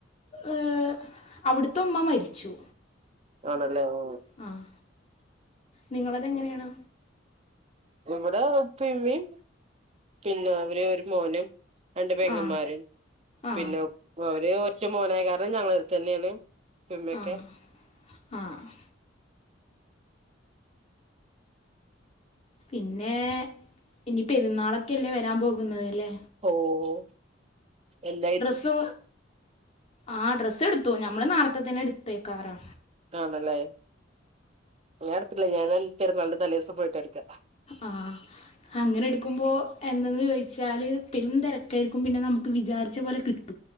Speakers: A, on the left; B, on the right.
A: ഏഹ് അവിടുത്തെ ഉമ്മ മരിച്ചു
B: ആണല്ലേ ആ
A: ആഹ് നിങ്ങളതെങ്ങനെയാണ്
B: ഇവിടെ ഉപ്പിഎം ഉമ്മി പിന്നെ അവര് ഒരു മോനും രണ്ട് പെങ്ങന്മാര്
A: ആ ആ
B: പിന്നെ അവര് ഒറ്റ മോനായ കാരണം ഞങ്ങള അടുത്ത് തന്നെയാണ് ഉപ്പേമ്മയൊക്കെ
A: ആഹ് ആഹ് പിന്നെ ഇനിയിപ്പോൾ പെരുന്നാളൊക്കെ അല്ലേ വരാൻ പോകുന്നത് അല്ലേ
B: ഓഹ് എല്ല
A: ഡ്രസ്സ് ആ ഡ്രസ് എടുത്തു ഞമ്മള് നാർത്തെ തന്നെ എടുത്തേക്കാറാ
B: ആണല്ലേ ഞാൻ എടുത്തിട്ടില്ല ഞാൻ പെരുന്നാളിന്റെ തലേ ദിവസം പോയിട്ട എടുക്ക
A: ആഹ് അങ്ങനെ എടുക്കുമ്പോ എന്തെന്ന് ചോദിച്ചാൽ പെരും തിരക്കായിരിക്കും പിന്നെ നമുക്ക് വിചാരിച്ച പോലെ കിട്ടു